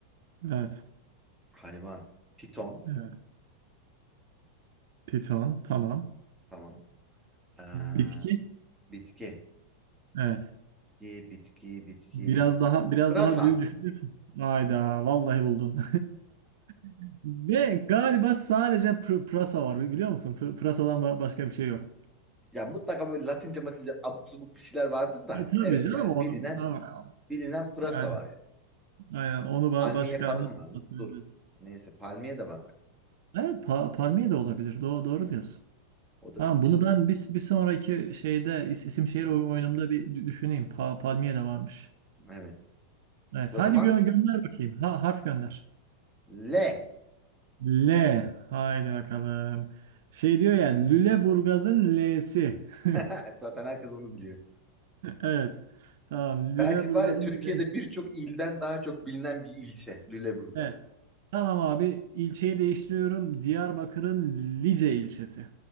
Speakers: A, on the right (about 55°); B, in the centre.
A: Evet.
B: Hayvan. Piton.
A: Evet. Piton. Tamam.
B: Tamam. Ee,
A: Bitki.
B: bitki.
A: Evet.
B: Bitki, bitki, bitki.
A: Biraz daha biraz
B: Pırasa.
A: daha dü- düşünürsün. Hayda. Vallahi buldun. <laughs> Ve galiba sadece pr- pırasa var. Biliyor musun? Pr- pırasadan ba- başka bir şey yok.
B: Ya mutlaka böyle Latince matince abuk subuk bir şeyler vardır da.
A: E, tabii
B: Evet
A: canım
B: yani
A: onu
B: bilinen
A: ama
B: bilinen pırasa
A: yani
B: var ya.
A: aynen onu ba-
B: Palmiye
A: başka
B: falan
A: ne
B: var lan.
A: hatırlayacağız?
B: Dur. Neyse palmiye de var bak.
A: Evet pa-
B: Bir
A: palmiye
B: şey geliyor.
A: de olabilir. Do- doğru
B: Evet.
A: diyorsun.
B: O da
A: Tamam
B: bitki
A: bunu
B: sonuçta.
A: ben bir, bir sonraki şeyde is- isim şehir
B: Ha,
A: oy- oyunumda bir dü- düşüneyim. Pa palmiye de varmış.
B: evet.
A: Evet,
B: O
A: hadi
B: zaman
A: gö- gönder bakayım. Ha, harf gönder.
B: L.
A: L. Haydi bakalım. Şey diyor ya Lüleburgaz'ın L'si. <laughs>
B: <laughs> Zaten herkes onu biliyor.
A: Evet. Tamam. Lüleburgaz'ın
B: Belki var ya Türkiye'de
A: L'si.
B: birçok ilden daha çok bilinen bir ilçe Lüleburgaz.
A: Evet. Tamam abi. İlçeyi değiştiriyorum. Diyarbakır'ın Lice ilçesi.